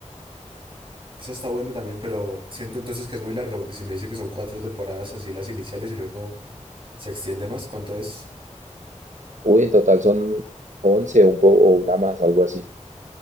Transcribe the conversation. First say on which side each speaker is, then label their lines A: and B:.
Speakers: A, on the right; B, on the right.
A: Esa está buena también, pero siento entonces que es muy larga porque si me dice que son cuatro temporadas así las iniciales y luego se extiende más, ¿cuánto es?
B: Uy, en total son 11 un po- o una más, algo así.